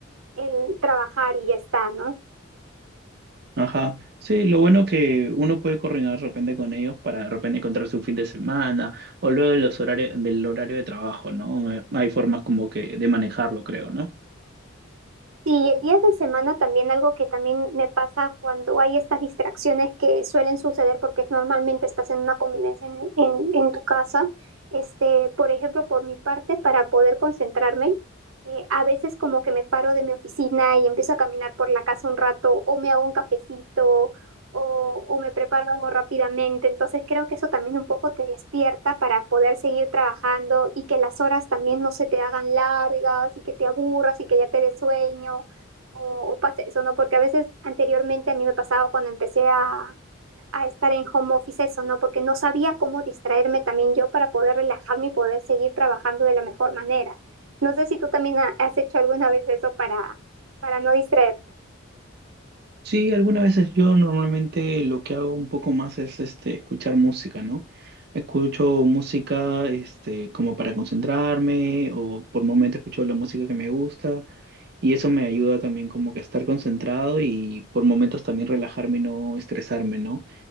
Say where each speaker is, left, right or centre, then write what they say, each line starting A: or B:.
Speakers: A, on the right; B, on the right.
A: el trabajar y ya está, ¿no?
B: Ajá. Sí, lo bueno que uno puede coordinar de repente con ellos para de repente encontrarse un fin de semana o luego de los horarios del horario de trabajo, ¿no? Eh, Hay formas como que de manejarlo, creo, ¿no?
A: Sí, el día de semana también algo que también me pasa cuando hay estas distracciones que suelen suceder porque normalmente estás en una convivencia en, en- en tu casa. Este, por ejemplo, por mi parte, para poder concentrarme, eh, a veces como que me paro de mi oficina y empiezo a caminar por la casa un rato o me hago un cafecito o, o me preparo algo rápidamente. Entonces creo que eso también un poco te despierta para poder seguir trabajando y que las horas también no se te hagan largas y que te aburras y que ya te des sueño o, o pase eso, ¿no? Porque a veces anteriormente a mí me pasaba cuando empecé a, a estar en home office eso, ¿no? Porque no sabía cómo distraerme también yo para poder relajarme y poder seguir trabajando de la mejor manera. No sé si tú también ha- has hecho alguna vez eso para, para no distraerte.
B: Sí, algunas veces yo normalmente lo que hago un poco más es este escuchar música, ¿no? Escucho música este como para concentrarme o por momentos escucho la música que me gusta y eso me ayuda también como que a estar concentrado y por momentos también relajarme y no estresarme, ¿no?